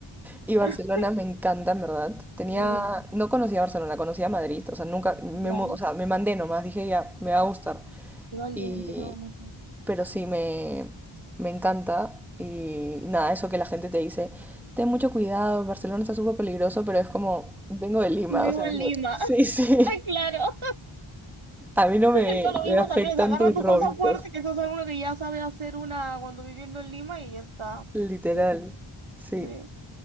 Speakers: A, in the centre; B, on the right (about 75°).
A: Y Barcelona
B: <laughs>
A: me encanta, en verdad. Tenía,
B: Sí,
A: no conocía Barcelona, conocía Madrid. O sea, nunca, me,
B: ya,
A: mu- o sea, me mandé nomás, dije ya, me va a gustar.
B: qué valiente,
A: Y,
B: qué bonito.
A: pero sí, me, me encanta. Y nada, eso que la gente te dice, ten mucho cuidado, Barcelona está súper peligroso, pero es como, vengo de Lima,
B: Yo vivo
A: o sea,
B: en
A: no-
B: Lima.
A: sí,
B: <laughs>
A: <laughs> sí.
B: Ay, claro.
A: A mí no me,
B: Siempre digo lo mismo
A: me afectan
B: también, o sea, agarra
A: tus
B: tu
A: robitos,
B: cosa fuerte, que eso es algo que ya sabe hacer una cuando viviendo en Lima y ya está.
A: literal.
B: Sí,
A: Sí.
B: sí,